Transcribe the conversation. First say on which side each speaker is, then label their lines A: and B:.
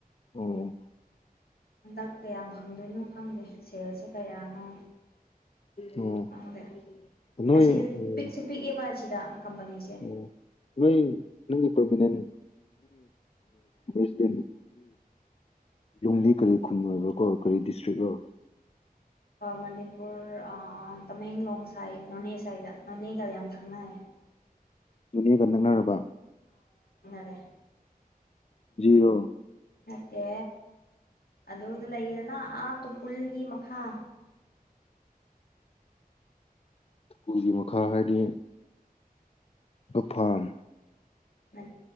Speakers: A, on the left; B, on the left.
A: ꯑꯣ
B: ꯍꯟꯗꯛ ꯀꯌꯥꯝ ꯐꯪꯗꯣꯏꯅꯣ ꯈꯪꯗꯦ ꯁꯦꯜꯁꯦ ꯀꯌꯥꯅꯣ
A: ꯑꯣ
B: ꯈꯪꯗꯦ
A: ꯅꯣꯏ
B: ꯑꯁꯤꯗ
A: ꯑꯣ
B: ꯄꯤꯛꯁꯨ ꯄꯤꯛꯑꯦꯕ ꯑꯁꯤꯗ ꯀꯝꯄꯅꯤꯁꯦ
A: ꯑꯣ ꯅꯣꯏ ꯅꯪ ꯄꯔꯃꯤ ꯅꯅꯤ ꯃꯤꯁꯤꯟ ꯀꯔꯤ ꯀꯔꯤ ꯈꯨꯟ ꯑꯣꯏꯕꯣ ꯀꯣ ꯀꯔꯤ ꯗꯤꯁꯇ꯭ꯔꯤꯛꯣ
B: ꯃꯅꯤꯄꯨꯔ ꯇꯃꯦꯡꯂꯣꯡ ꯁꯥꯏ ꯅꯣꯅꯦ ꯁꯥꯏꯗ ꯅꯣꯅꯦꯒ ꯌꯥꯝ ꯁꯪꯅꯌꯦ <inaudible>
A: ꯅꯦꯒ ꯅꯛꯅꯔꯕ
B: ꯋꯥ
A: ꯔꯣ
B: ꯆꯠꯇꯦ ꯑꯗꯨꯗ ꯂꯩꯌꯦꯗꯅ ꯑꯥ ꯇꯨꯄꯨꯜꯒꯤ ꯃꯈꯥ
A: ꯄꯨꯒꯤ ꯃꯈꯥ ꯍꯥꯏꯗꯤ ꯀꯐꯥꯝ
B: ꯃꯦ